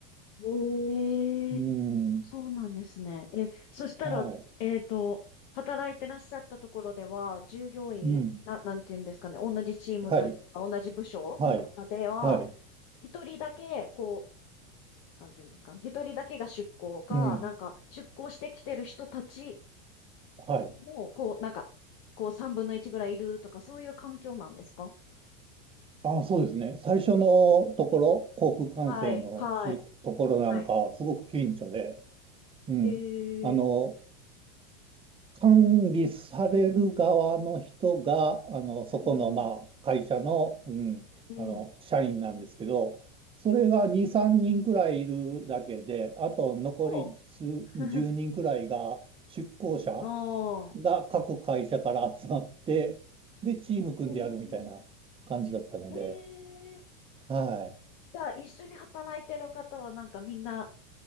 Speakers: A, on the left; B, on the right.
A: ん、ええそうなんですね。
B: うん、
A: え、そしたら、
B: はい、
A: えっと、働いてらっしゃったところでは、従業員、
B: うん、
A: な、なんていうんですかね、同じチームというか、
B: はい、
A: 同じ部署の方では、
B: はい、はい、
A: 一人だけ、こう、なんていうんですか、一人だけが出向か、
B: うん、
A: なんか、出向してきてる人たち
B: はい。
A: も、こう、なんか、こう、三分の一ぐらいいるとか、そういう環境なんですか
B: あ、そうですね。最初のところ、航空管制のしところなんか、
A: はい、はい、はい。
B: すごく顕著で、うん。
A: へえ、
B: あの、管理される側の人が、あの、
A: うん、
B: そこの、まあ、会社の、うん、
A: うん。
B: あの、社員なんですけど、それが2、3人くらいいるだけで、あと残り数10人くらいが、
A: おう <laughs>
B: 出向者
A: おー
B: が各会社から集まって、で、チーム組んでやるみたいな感じだったので、
A: えーへえ。
B: はい。
A: じゃあ、一緒に働いてる方は、なんかみんな、